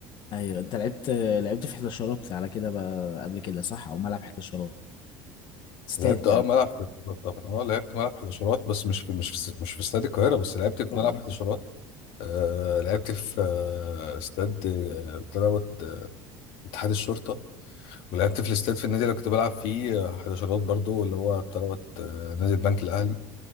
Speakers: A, on the left; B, on the left.
A: ايوه انت لعبت لعبت في حداشرات على كده بقى قبل كده صح او ملعب حداشرات استادي
B: لعبت
A: يعني
B: اه ملعب حداشرات طبعا اه لعبت ملعب حداشرات بس مش في مش في مش في استاد القاهره بس لعبت في
A: اه
B: ملعب حداشرات آه لعبت في آه استاد آه بتاع دوت، آه، اتحاد الشرطه ولعبت في الاستاد في النادي اللي كنت بلعب فيه آه، حداشرات برضو اللي هو بتاع دوت، آه نادي البنك الاهلي